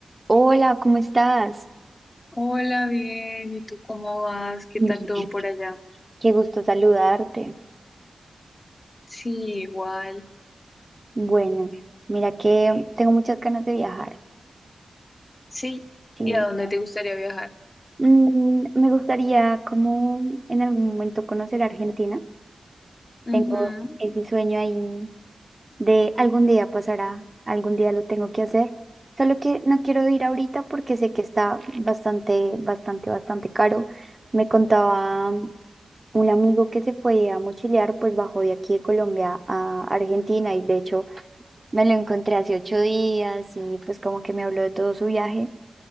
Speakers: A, on the right; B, on the left.
A: Hola, ¿cómo estás?
B: Hola, bien. ¿Y tú cómo vas? ¿Qué
A: Bien.
B: tal todo por allá?
A: Qué gusto saludarte.
B: Sí, igual.
A: Bueno, mira que tengo muchas ganas de viajar.
B: Sí.
A: Sí.
B: ¿Y a dónde te gustaría viajar?
A: Mm, me gustaría como en algún momento conocer Argentina.
B: Ujú.
A: Tengo ese sueño ahí de algún día pasará, algún día lo tengo que hacer. Solo que no quiero ir ahorita porque sé que está bastante, bastante, bastante caro. Me contaba un amigo que se fue a mochilear, pues bajó de aquí de Colombia a Argentina y de hecho... Me lo encontré hace ocho días y pues como que me habló de todo su viaje